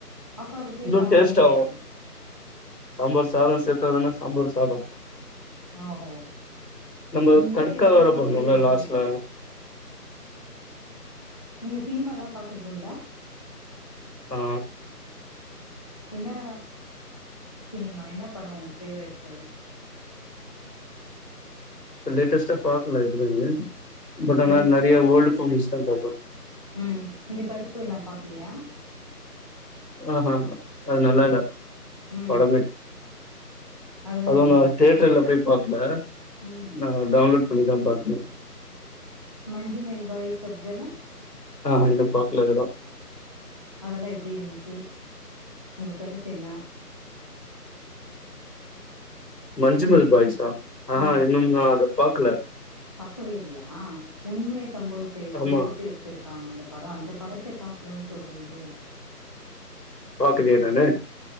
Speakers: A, on the left; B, on the left.
A: அப்ப அது பேர்
B: இன்னு
A: சாம்பல்ல
B: டேஸ்ட் ஆவோ
A: ஆயிடு
B: சாம்பார் சாதோ சேத்ததுன்னா சாம்பார் சாதோ
A: ஓகோ
B: நம்ம
A: நீங்களே
B: தட்கா
A: ஏதாச்சு
B: வேற பண்ணுவோல
A: ஒரு பேர் வச்சுக்கிறது
B: லாஸ்ட்ல
A: நீங்க சினிமால பாக்குறது உண்டா
B: ஆ
A: என்னா சினிமா என்ன படோ உங் ஃபேவரட்டு்
B: ப லேட்டஸ்ட்டா பாக்கல இது பட் ஆனா
A: எது
B: நறைய ஓல்டு ஃப்ளிம்ஸ்தா பாப்பே
A: ம் இந்த கருப்பு எல்லா பாக்கலியா
B: ஆஹ ஆ அது நல்லா இல்ல
A: ம்
B: படம்மே
A: அததா
B: அதுவு
A: கேட்டு
B: நா தியேட்டர்ல போய் பாக்கல
A: ம்
B: நா டவுன்லோட் பண்ணிதா பாத்தே
A: மஞ்சு மேன் பாய்ஸ் சப்தல
B: ஆஹ இன்னு பாக்கல இப்பதா
A: அதெல்லா எப்படிருந்ச்சு உங்க கருத்து என்ன
B: மஞ்சுமெள்
A: உன்
B: பாய்ஸா ஆஹா
A: ஆ
B: இன்னு நா அத பாக்கல
A: பாக்கவே இல்லயா உண்மை சம்பவத்த
B: ஆமா
A: குறிப்பிட்டு எடுத்திருக்காங்க அந்த படோ அந்த படத்த பாக்கலன் சொல்றீங்களே
B: பக்கலேயே நானு